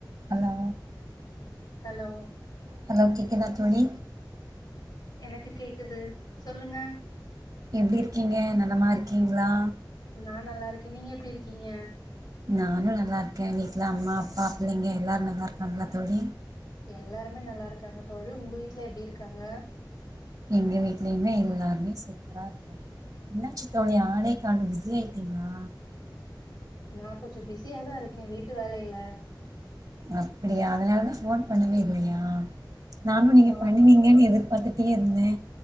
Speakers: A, on the right; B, on the left.
A: Hello
B: hello
A: hello கேக்குத தோழி
B: எனக்கு கேக்குது சொல்லுங்க
A: எப்படி இருக்கீங்க நலமா இருக்கீங்களா
B: நா நல்லா இருக்கே நீங்க எப்படி இருக்கீங்க
A: நானு நல்லா இருக்கே வீட்டுல அம்மா அப்பா பிள்ளைங்க எல்லாரு நல்லா இருக்காங்கல்லா தோழி
B: எல்லாருமே நல்லா இருக்காங்க தோழி உங்க வீட்டுல எப்படி இருக்காங்க
A: எங்க வீட்டுலயுமே எல்லாருமே சூப்பரா இருக்காங்க என்ன ஆச்சு தோழி ஆளே காணோ பிஸி ஆயிட்டீங்களா
B: நா கொஞ்சு பிஸியா தா இருக்கே வீட்டு வேலையில
A: அப்படியா அதனாலதா போன் பண்ணவே இல்லையா நானு
B: ஆமா,
A: நீங்க பண்ணுவீங்கன்னு
B: ஆமா.
A: எதிர்பாத்துட்டு கட்டியே இருந்தே